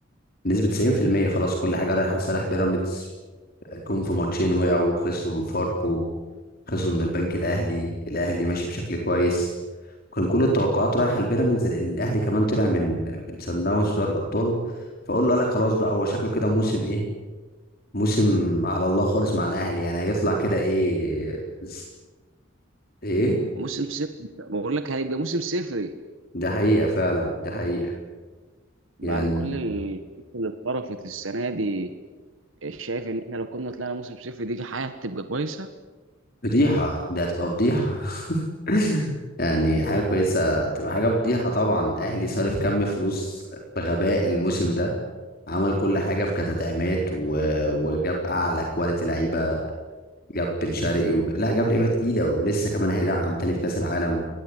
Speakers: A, on the left (about 50°); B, on the right (about 85°).
A: بنسبة 90% خلاص كل حاجة رايحة لصالح بيراميدز جم في ماتشين وقعوا وخسروا من فاركو خسروا من البنك الأهلي الأهلي ماشي بشكل كويس كان كل التوقعات رايحه لبيراميدز لان الاهلي كمان طلع من من سان داونز في دوري الابطال فقول له قال لك خلاص بقى هو شكله كده موسم ايه موسم على الله خالص مع الاهلي يعني هيطلع كده ايه ز- ايه
B: موسم صفر بقول لك هيبقى موسم صفري
A: ده حقيقه فعلا ده حقيقه
B: بعد
A: يعني
B: كل القصة اللي اتطرفت السنة دي شايف ان احنا لو كنا طلعنا موسم صفر دي حاجة هتبقى كويسة
A: فضيحه ده هتبقى فضيحه <laughs> يعني حاجه كويسه تبقى حاجه فضيحه طبعا الاهلي صارف كم فلوس بغباء الموسم ده عمل كل حاجه في كتدعيمات و... وجاب اعلى كواليتي لعيبه جاب بن شرقي وج... لا جاب لعيبه تقيله ولسه كمان هيدعم تاني في كاس العالم